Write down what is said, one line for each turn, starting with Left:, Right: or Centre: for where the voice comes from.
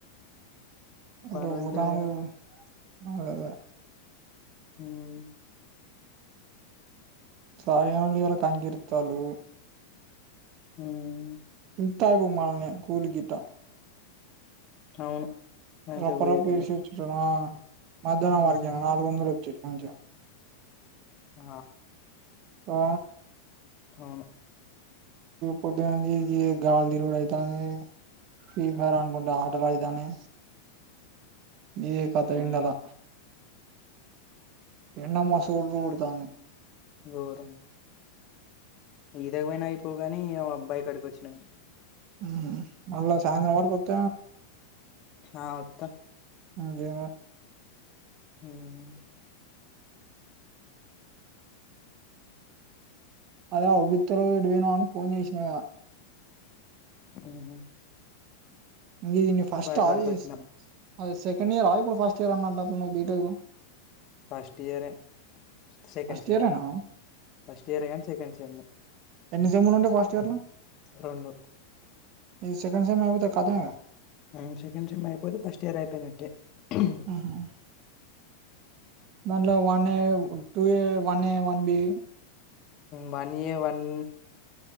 Right: ఎటు
Left: పనుంటే
Right: పోతన్నావు
Left: పోయినప్పుడు
Right: నువు మ్మ్
Left: మ్మ్
Right: <unintelligible> తగ్గుత్తండు
Left: ఉమ్
Right: ఇత్తాము మనమే కూలి గిట్ట
Left: అవును మంచిగా
Right: రప్ప
Left: పోయేటోల్లం
Right: రాప <unintelligible> మధ్యానం
Left: ఉమ్
Right: <unintelligible> నాలుగు వందలు వచ్చ కొంచం
Left: ఆ
Right: ఆ
Left: అవును
Right: పొద్దుగాల ఇది <unintelligible> అయితాంది ఫ్రీ ఫైర్ అనుకుంట ఆటలా ఇదానేే ఏ కాత
Left: ఉమ్
Right: ఎండలా ఎండమ్మ సురుకు పుడుతాంది
Left: ఘోరం ఈదగవైనా అయిపోవు గాని బాయి కాడికి వచ్చిన
Right: మ్మ్ మళ్ళా <unintelligible> కొత్త
Left: ఆ వత్తా
Right: అయిన
Left: మ్మ్
Right: వాళ్లవిడకు ఇత్తున్న గాని వినాం ఫోన్ చేసినా గా
Left: మ్మ్
Right: ఇది నువ్ ఫస్టా
Left: కాడికి
Right: చేసింది
Left: వచ్చిన
Right: అది సెకండ్ ఇయరా ఇప్పుడు ఫస్ట్ ఇయర్ అన్నట్టు నువ్ బీటెక్
Left: ఫస్ట్ ఇయరే సెకండ్
Right: ఫస్ట్
Left: సెమ్
Right: ఇయరేనా
Left: ఫస్ట్ ఇయరే కానీ సెకండ్ సెమ్
Right: ఎన్ని సెమ్లు ఉంటాయి ఫస్ట్ ఇయర్ లో
Left: రెండు
Right: ఈ సెకండ్ సెమ్ అయిపోతే కాదా
Left: మ్మ్ సెకండ్ సెమ్ అయిపోతే ఫస్ట్ ఇయర్ అయిపోయినట్టే హ్మ్.
Right: మ్మ్ దాంట్లో one A two A one A one B
Left: one year one